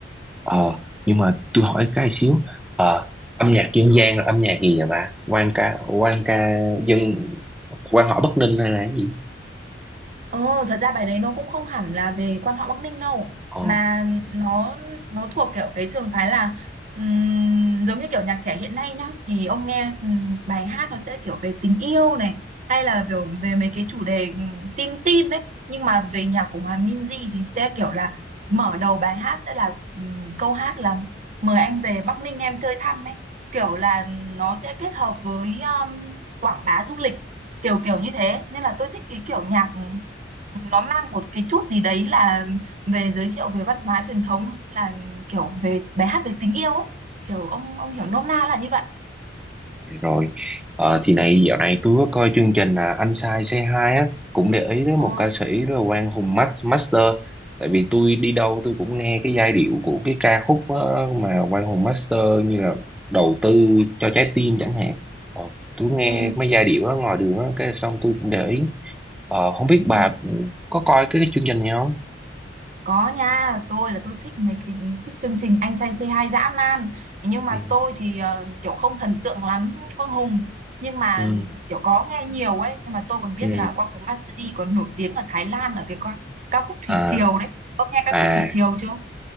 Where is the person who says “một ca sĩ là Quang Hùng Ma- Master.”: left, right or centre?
Centre